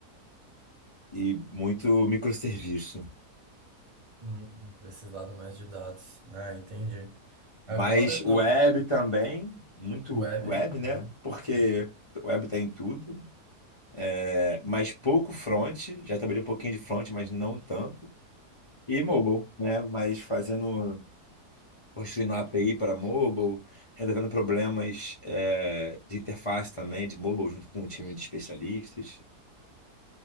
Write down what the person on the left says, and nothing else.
e muito microserviço.
Mas
web também, muito
web, né?
Porque web tá em tudo. É, mas pouco front, já trabalhei um pouquinho de front, mas não tanto. E mobile, né? Mas fazendo, construindo a API para mobile, resolvendo problemas é, de interface também de mobile, junto com um time de especialistas.